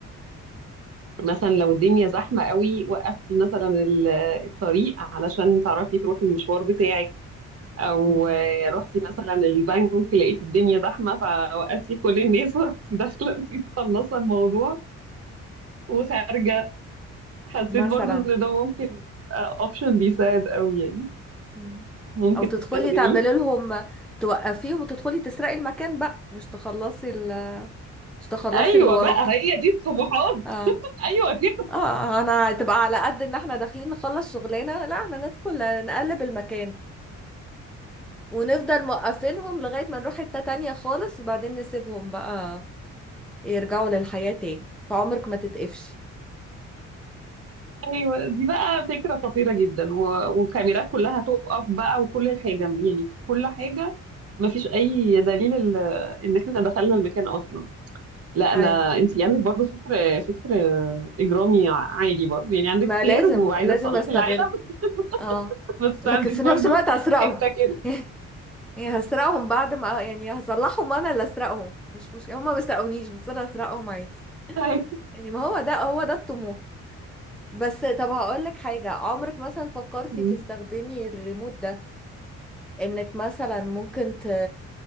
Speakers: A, on the right; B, in the centre.
A: مثلا لو الدنيا زحمة قوي وقفتي مثلا ال- الطريق علشان تعرفي تروحي المشوار بتاعك او
B: مم.
A: آه، رحتي مثلا البنك لقيتي الدنيا زحمة فوقفتي كل الناس <laughs> ورحتي داخلة انتي مخلصة الموضوع وخارجة حسيت
B: مثلا
A: برضو ان ده ممكن اوبشن بيساعد قوي يعني
B: مم.
A: ممكن
B: او تدخلي
A: تستخدميه
B: تعملي لهم توقفيهم وتدخلي تسرقي المكان بقى مش تخلصي ال مش تخلصي
A: ايوه
B: اللي وراكي
A: بقى هي دي الطموحات
B: اه
A: ايوه كده
B: اه انا هتبقى على قد ان احنا داخلين نخلص شغلنا لا احنا ندخل نقلب المكان ونفضل موقفينهم لغاية ما نروح حتة تانية خالص وبعدين نسيبهم بقى يرجعوا للحياة تاني فعمرك ما تتقفشي
A: ايوه دي بقى فكره خطيره جدا و... وكاميرات كلها تقف بقى وكل الحاجه يعني كل حاجه ما فيش اي دليل ال... ان احنا دخلنا المكان اصلا لا انا
B: ايوه
A: انت عندك برضو فكر فكر اجرامي عادي برضو يعني عندك
B: ما
A: خير
B: لازم
A: وعايزه
B: لازم
A: تصلحي
B: استغل
A: العالم
B: اه
A: <laughs> بس
B: لكن
A: عندك
B: في نفس
A: برضو
B: الوقت اسرقهم
A: حته كده
B: <laughs> يعني هسرقهم بعد ما يعني هصلحهم انا اللي اسرقهم مش مش هما ما سرقونيش بس انا هسرقهم عادي
A: أيوة.
B: يعني ما هو ده هو ده الطموح بس طب هقول لك حاجة عمرك مثلا فكرتي
A: مم.
B: تستخدمي الريموت ده انك مثلا ممكن ت...